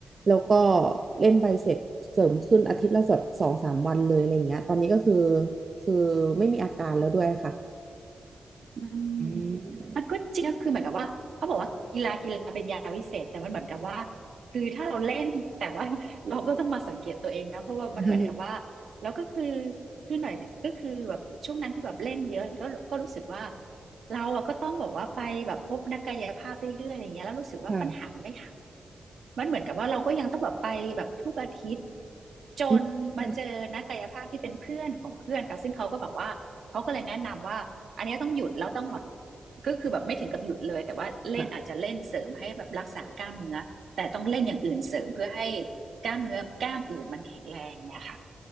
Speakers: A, on the right; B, on the right.
A: แล้วก็เล่นไปเสร็จเสริมขึ้นอาทิตย์ละแบบสองสามวันเลยอะไรอย่างเงี้ยตอนนี้ก็คือคือไม่มีอาการแล้วด้วยค่ะ
B: อืม
A: อืม
B: มันก็จริงก็คือเหมือนกับว่าเขาบอกว่ากีฬากีฬาเป็นยาวิเศษแต่มันเหมือนกับว่าคือถ้าเราเล่นแต่ว่า <laughs> เราก็ต้องมาสังเกตตัวเองนะเพราะว่ามันเหมือนกับว่า
A: ใช่
B: แล้วก็คือคือหน่อยก็คือแบบช่วงนั้นที่แบบเล่นเยอะก็ก็รู้สึกว่าเราอะก็ต้องบอกว่าไปแบบพบนักกายภาพเรื่อยๆอะไรเงี้ยแล้วรู้สึกว่าปัญหามันไม่หาย
A: ค่ะ
B: มันเหมือนกับว่าเราก็ยังต้องแบบไปแบบทุกอาทิตย์จนมาเจอนักกายภาพที่เป็นเพื่อนของเพื่อนค่ะซึ่งเขาก็แบบว่าเขาก็เลยแนะนำว่าอันเนี้ยต้องหยุดแล้วต้องหมด
A: อืมใช่
B: ก็คือแบบไม่ถึงกับหยุดเลยแต่ว่าเล่นอาจจะเล่นเสริมให้แบบรักษากล้ามเนื้อแต่ต้องเล่นอย่างอื่นเสริมเพื่อให้
A: ค่ะ
B: กล้ามเนื้อกล้ามอื่นมันแข็งแรงเนี่ยค่ะ